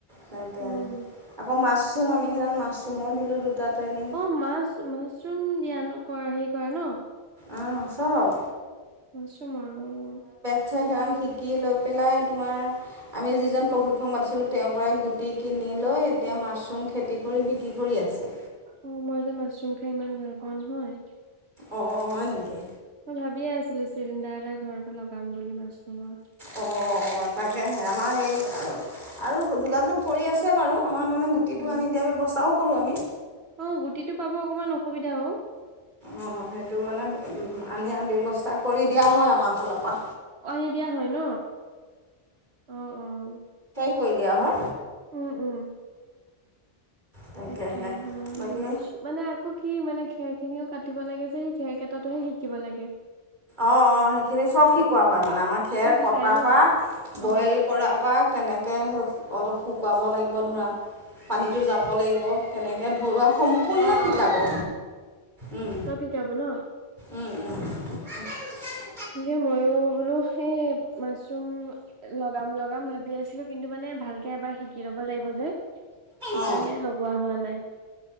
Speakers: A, on the right; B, on the right.
A: তাকে
B: উম
A: আকৌ মাচৰুম আমি সেই মাচৰুমৰ দিলোঁ দুটা। ট্ৰেইনিং
B: অ', মাছ, মাচৰুম দিয়া নকৰে হেৰি কৰে ন?
A: অঁ', চব
B: কিছু মানুহ
A: সেইখন শিকি লৈ পেলাই তোমাৰ আমি যিজন প্ৰশিক্ষক মাতিছিলোঁ তেওঁৰ পৰাই গুটি কিনি লৈ এতিয়া মাচৰুম খেতি কৰি বিক্ৰী কৰি আছে
B: অ', মই যে মাচৰুম খাই ইমান ভাল পাওঁ নহয়।
A: অ', হয় নেকি?
B: মই ভাবিয়ে আছিলোঁ চিলিণ্ডাৰ এটা ঘৰতে লগাম বুলি মাচৰুমৰ।
A: অঁ তাকেহে আমাৰ এই আৰু যোগাযোগ কৰি আছে বাৰু আমাৰ তাৰমানে গুটিটো
B: অ
A: আনি দিয়া ব্যৱস্থাও কৰোঁ আমি
B: অ', গুটিটো পাব অকমান অসুবিধা হও।
A: অ', সেইটো মানে আনিয়াৰ ব্যৱস্থা কৰি দিয়া হয় আমাৰ ফালৰ পৰা।
B: আনি দিয়া হয় ন? অ', অ'।
A: কৈ দিয়া হয়।
B: উম, উম।
A: তাকেহে
B: তাকে মই
A: বাকী
B: মাছ মানে আকৌ কি মানে? খেৰ খিনিও কাটিব লাগে যে সেই খেৰ কেইটাহে শিকিব লাগে।
A: অ', অ', সেইখিনি চ'ব শিকোৱা হয় মানে আমাৰ খেৰ
B: চব
A: কটাৰ
B: শিকাই ন
A: পৰা, বইল
B: অ
A: কৰাৰ পৰা তেনেকে অলপ শুকুৱাব লাগিব ধৰা পানীটো যা যাব লাগিব, কেনেকে ভৰুৱা সম্পূৰ্ণ
B: অ',
A: শিকাব
B: অ',
A: উম
B: চ'ব শিকাব ন?
A: উম উম <unintelligible>
B: তাকে ময়ো বোলো সেই মাচৰুম লগাম-লগাম ভাবি আছিলোঁ কিন্তু মানে ভালকে এবাৰ শিকি ল'ব লাগিব যে। সেইকাৰণে
A: অঁ
B: লগোৱা হোৱা নাই।